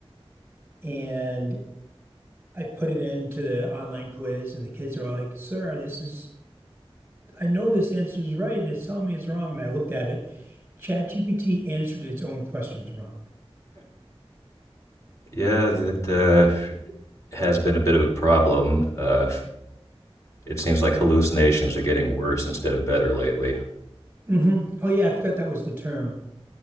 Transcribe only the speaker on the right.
and I put it into the online quiz and the kids are all like, Sir, this is I know this answer is right and it's telling me it's wrong. And I looked at it. ChatGPT answered its own questions wrong.
hmm Oh yeah, I forgot that was the term.